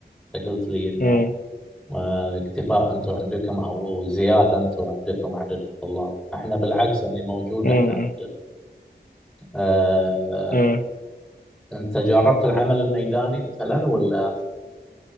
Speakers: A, in the centre; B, on the left.
A: أنت قلت لي إنه
B: مم.
A: آه، اكتفاء أنتم عندكم أو زيادة أنتم عندكم عدد الطلاب إحنا بالعكس يعني موجود
B: مم.
A: إحنا عندنا آه،
B: مم.
A: أنت جربت العمل الميداني مثلا ولا